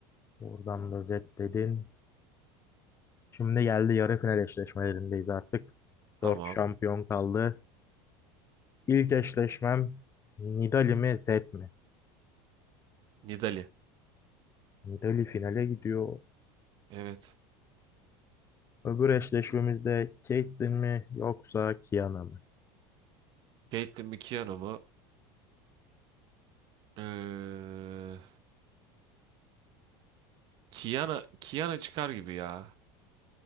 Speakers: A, on the left (about 25°); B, on the right (about 55°).
A: Buradan da Zed dedin. Şimdi geldi yarı final eşleşmelerindeyiz artık.
B: Tamam.
A: Dört şampiyon kaldı. İlk eşleşmem Nidali mi Zed mi?
B: Nidalee.
A: Nidali finale gidiyor.
B: Evet.
A: Öbür eşleşmemizde Caitlyn mi yoksa Kiana mı?
B: Caitlyn mi Kiana mı? Eee Kiana, Kiana çıkar gibi ya.